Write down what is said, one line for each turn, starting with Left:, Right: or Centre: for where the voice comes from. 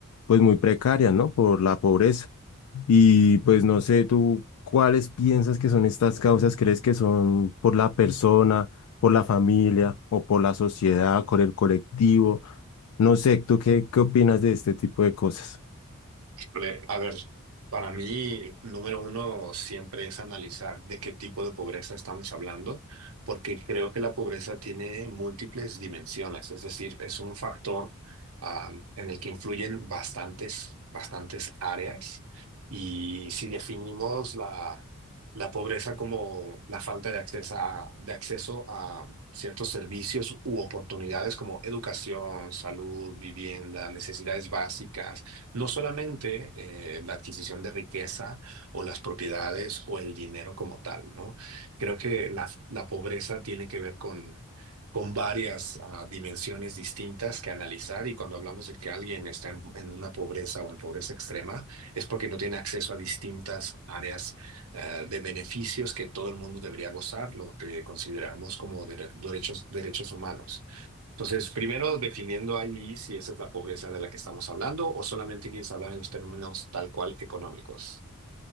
Left: pues muy precarias, ¿no? Por la pobreza. Y pues no sé, tú, ¿cuáles piensas que son estas causas? ¿Crees que son por la persona, por la familia o por la sociedad, por el colectivo? No sé, ¿tú qué, qué opinas de este tipo de cosas?
Right: Híjole, A ver, para mí, número uno siempre es analizar de qué tipo de pobreza estamos hablando, porque creo que la pobreza tiene múltiples dimensiones, es decir, es un factor, am, en el que influyen bastantes, bastantes áreas. Y si definimos la, la pobreza como la falta de acceso a, de acceso a ciertos servicios u oportunidades como educación, salud, vivienda, necesidades básicas, no solamente eh, la adquisición de riqueza o las propiedades o el dinero como tal, ¿no? Creo que la, la pobreza tiene que ver con, con varias ah, dimensiones distintas que analizar y cuando hablamos de que alguien está en, en una pobreza o en pobreza extrema es porque no tiene acceso a distintas áreas eh, de beneficios que todo el mundo debería gozar, lo que consideramos como dere- derechos, derechos humanos. Entonces, primero definiendo ahí si esa es la pobreza de la que estamos hablando o solamente quieres hablar en los términos tal cual económicos.